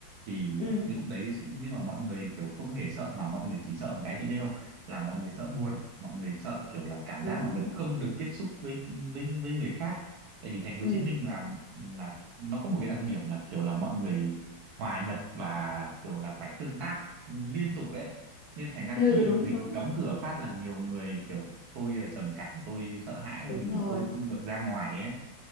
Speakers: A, on the right (about 70°); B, on the left (about 70°).
A: thì
B: ừ
A: cái lúc đấy sẽ- nhưng mà mọi người kiểu không hề sợ mà mọi người chỉ sợ một cái chị biết không là mọi người sợ buồn mọi người sợ kiểu là cảm
B: đúng
A: giác mà mình
B: đúng
A: không được tiếp xúc với với với người khác tại vì thành phố Hồ
B: ừ
A: Chí Minh là là nó có một cái đặc điểm là kiểu là mọi người hòa nhập và kiểu là phải tương tác liên tục ấy nên thành ra
B: ừ
A: khi
B: đúng
A: mà dịch
B: đúng
A: đóng cửa phát là nhiều người kiểu tôi là trầm cảm tôi sợ hãi
B: đúng
A: vì
B: rồi
A: tôi không được ra ngoài ấy